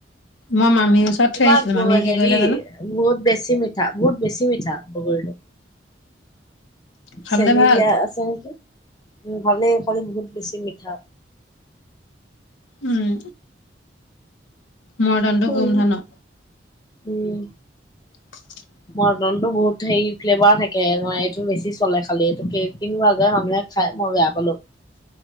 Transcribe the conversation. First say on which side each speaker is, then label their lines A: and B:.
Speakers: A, on the left; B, on the left.
A: মই মামীৰ ওচৰত
B: কিবা
A: থৈ আহিছিলো মামীয়ে
B: হেৰি
A: কি কৰিলে জানো।
B: বহুত বেছি মিঠা বহুত বেছি মিঠা বগৰীটো।
A: খাবলে
B: চেনী
A: ভাল।
B: দিয়া আছে নেকি উম ভালেই কিন্তু বহুত বেছি মিঠা।
A: উম। মডাৰণটো
B: উম
A: গোমধন।
B: উম।
A: <inaudible>
B: মৰ্টনটো বহুত হেৰি ফ্লেভাৰ থাকে এইটো বেছি চলে খালি এইটো কে কিনো খাই মানুহে খাই মই বেয়া পালো।